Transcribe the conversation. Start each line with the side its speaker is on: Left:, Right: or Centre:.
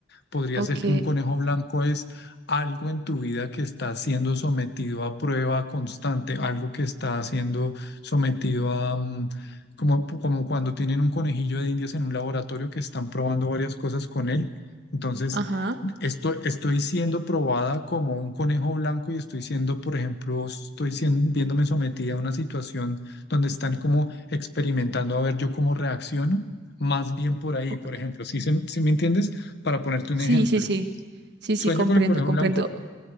Left: podría
Right: ok,
Left: ser que un conejo blanco es algo en tu vida que está siendo sometido a prueba constante, algo que está siendo sometido a, mm, como, como cuando tienen un conejillo de indias en un laboratorio que están probando varias cosas con él. Entonces,
Right: ajá,
Left: estoy, estoy siendo probada como un conejo blanco y estoy siendo, por ejemplo, estoy siendo viéndome sometida a una situación donde están como experimentando a ver yo cómo reacciono. Más bien por ahí,
Right: ok,
Left: por ejemplo, ¿sí, se si me entiendes? Para ponerte
Right: Sí,
Left: un ejemplo,
Right: sí, sí, sí,
Left: sueño
Right: sí, comprendo,
Left: con el conejo
Right: comprendo.
Left: blanco.